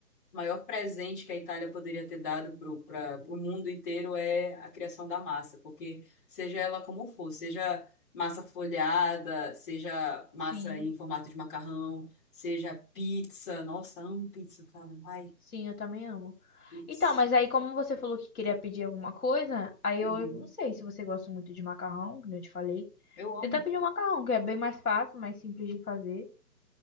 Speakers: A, on the left (about 30°); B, on the left (about 60°).
A: maior presente que a Itália poderia ter dado para o mundo inteiro é a criação da massa, porque seja ela como for, seja massa folhada, seja massa
B: sim,
A: em formato de macarrão, seja pizza, nossa, amo pizza, cara, ai,
B: sim, eu também amo.
A: pizza.
B: Então, mas aí como você falou que queria pedir alguma coisa, aí eu
A: Uhum.
B: não sei se você gosta muito de macarrão, como eu te falei.
A: Eu amo.
B: Tenta pedir um macarrão, que é bem mais fácil, mais simples de fazer,